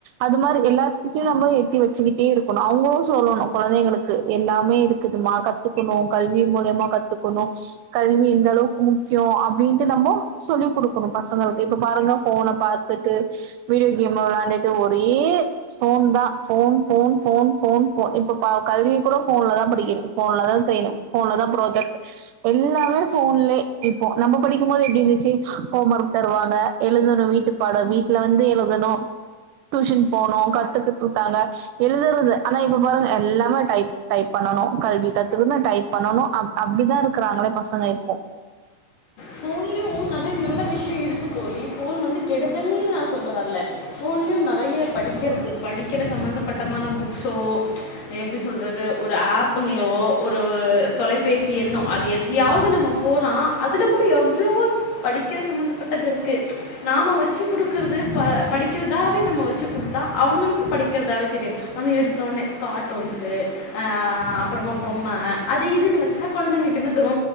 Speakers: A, on the right; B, on the left.
A: அது மாரி எல்லாத்துக்கிட்டயு நம்ப எத்தி வச்சுக்கிட்டே இருக்கணு அவுங்களு சொல்லணு கொழந்தைங்களுக்கு எல்லாமே இ ருக்குதுமா கத்துக்கணு கல்வி மூலியமா கத்துக்கணு கல்வி எந்த அளவுக்கு முக்கியோ அப்டின்ட்டு நம்போ சொல்லிக் குடுக்கணு பசங்களுக்கு இப்ப பாருங்க ஃபோன பாத் துட்டு வீடியோ கேம வெளாண்டுட்டு ஒரே ஃபோன் தா phone phone phone phone phone இப்ப பா கல்விய கூட ஃபோன்ல தா படிக்கணு ஃபோன்ல தா செய்யணு ஃபோன்ல தா ப்ராஜெக்ட் எல்லாமே போன்லயே இப்போ நம்ப படிக்குபோது எப்டி இருந்துச்சு ஹோம் ஒர்க் தருவாங்க எழுதணு வீட்டு பாடோ வீட்டுல வந்து எழுதணு டியூஷன் போணு கத்துக்கட்டுருப்பாங்க எழுதுறது ஆனா இப்ப பாருங்க எல்லாமே டைப் டைப் பண்ணனு கல்வி கத்துக்கண்ணு டைப் பண்ணனு அப் அப்டிதா இருக்குறாங்களே பசங்க இப்போ
B: ஃபோன்லயு நெறய நல்ல விஷ்யோ இருக்கு தோழி ஃபோன் வந்து கெடுதல்ன்னு நா சொல்ல வர்ல ஃபோன்லயு நெறய படிக்கிறது படிக்கிற சம்பந்தப்பட்டமான புக்ஸோ எப்டி சொல்றது ஒரு ஆப்புங்களோ ஒரு ஒரு தொலைபேசி எண்ணோ அது எது துயாவ்து நம்ம போனா அதுல கூட எவ்ளோ படிக்கிற சம்பந்தப்பட்டதுருக்கு நாம வச்சு குடுக்குறது ப படிக்கிறதாவே நம்ம வச்சு குடுத்தா அவுங்களுக்கு படிக்கிறதாவே தெரியு நம்ம எடுத்த ஒண்ணே கார்ட்டூன்ஸு ஆ ஆ அப்றமா பொம்ம அது இதுன்னு வச்சா கொழந்தைங்களுக்கு என்ன தரு